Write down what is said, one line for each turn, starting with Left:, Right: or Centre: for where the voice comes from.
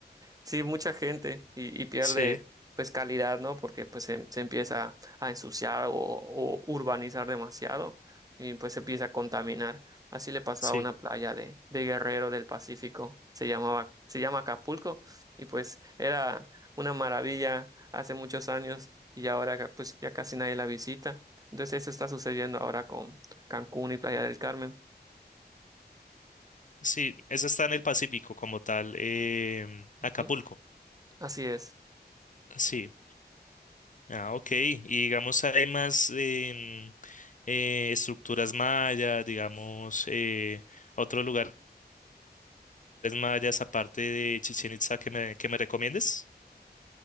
Right: Sí, mucha gente y, y pierde
Left: Sí,
Right: pues calidad, ¿no? Porque pues se, se empieza a ensuciar o, o urbanizar demasiado y pues se empieza a contaminar. Así le pasó
Left: sí,
Right: a una playa de, de Guerrero del Pacífico, se llamaba, se llama Acapulco y pues era una maravilla hace muchos años y ahora ca- pues ya casi nadie la visita. Entonces eso está sucediendo ahora con Cancún y Playa del Carmen.
Left: sí. Eso está en el Pacífico como tal. em,
Right: Ujú,
Left: Acapulco.
Right: Así es.
Left: Sí. Ah, ok. Y digamos, hay más em, eh, estructuras mayas, digamos, eh, otros lugares mayas aparte de Chichén Itzá que me, que me recomiendes.